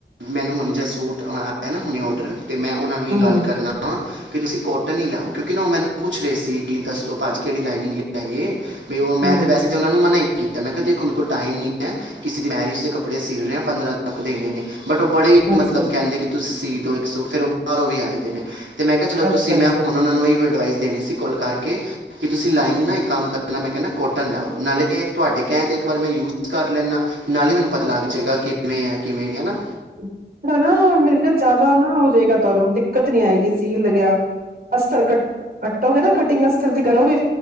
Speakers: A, on the right (about 80°); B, on the right (about 55°).
A: ਮੈਨੂੰ ਹੁਣ ਜਿ ਸੂਟ ਆਇਆ ਨਾ ਹੁਣੇ ਔਡਰ ਅਤੇ ਮੈਂ ਉਹਨਾਂ ਨੂੰ ਹੀ
B: ਹੂੰ
A: ਗੱਲ
B: ਹੂੰ
A: ਕਰਨਾ ਵਾਂ। ਕਿ ਤੁਸੀਂ ਕੋਟਨ ਹੀ ਲਾਓ ਕਿਉਂਕਿ ਨਾ ਉਹ ਮੈਨੂੰ ਪੁੱਛ ਰਹੇ ਸੀ ਕਿ ਦੱਸੋ ਭਾਅ ਜੀ ਕੇ ਕਿਹੜੀ ਲਾਈਨਿੰਗ ਲਾਗੀਏ। ਵੀ ਉਹ
B: ਹੂੰ
A: ਮੈਂ ਤਾਂ ਵੈਸੇ ਤਾਂ ਉਹਨਾਂ ਨੂੰ ਮਨਾਈ ਕੀਤਾ ਮੈਂ ਕਦੇ ਹੁਣ ਮੇਰੇ ਕੋ ਟਾਈਮ ਨੀ ਹੈੇ ਕਿਸੀ ਦੇ ਮੈਰਿਜ ਦੇ ਕੱਪੜੇ ਸੀਲ ਰਿਆਂ ਪੰਦਰਾਂ ਤੱਕ ਦੇਣੇ ਨੇ। ਬਟ ਉਹ ਬੜੇ ਹੀ
B: ਅੱਛਾ
A: ਮਤਲਬ ਕਹਿੰਦੇ। ਤੁਸੀਂ ਸੀ ਦੋ ਇੱਕ ਸੂਟ ਫਿਰ ਉਹ ਬਾਹਰੋਂ ਵੀ ਆਏ ਦੇ ਨੇ। ਤੇ ਮੈਂ ਕਿਹਾ ਚਲੋ
B: ਅੱਛਾ
A: ਤੁਸੀ
B: ਅੱਛਾ
A: ਮੈਂ ਹੁਣ ਉਹਨਾਂ ਇਹ ਅਡਵਾਈਸ ਦੇਣੀ ਸੀ ਕੋਲ ਕਰਕੇ ਕਿ ਤੁਸੀਂ ਲਾਈਨਿੰਗ ਨਾ ਇੱਕ ਕੰਮ ਕਰਨਾ ਮੈਂ ਕਹਿਣਾ ਕੋਟਨ ਲਾਓ ਨਾਲੇ ਤੇ ਤੁਹਾਡੇ ਕਹਿਣ ਤੇ ਵਾਰੀ ਮੈਂ ਯੂਜ ਕਰ ਲੈਂਦਾ। ਨਾਲੇ ਮੈਨੂੰ ਪਤਾ ਲੱਗ ਜਾਏਗਾ ਕਿਵੇਂ ਹੈ ਕਿਵੇਂ ਨੀ ਹੈਨਾ।
B: ਕੱਪੜਾ ਨਾ ਮੇਰੇ ਖਿਆਲ ਜਿਆਦਾ ਨਾ ਹੋ ਜਾਏਗਾ ਤੁਹਾਨੂੰ, ਦਿੱਕਤ ਨੀ ਆਏਗੀ ਸੀ ਲੱਗਿਆ ਅਸਤਰ ਕੱਟ ਕੱਟੋਗੇ ਨਾ ਕਟਿੰਗ ਅਸਤਰ ਦੀ ਕਰੋਗੇ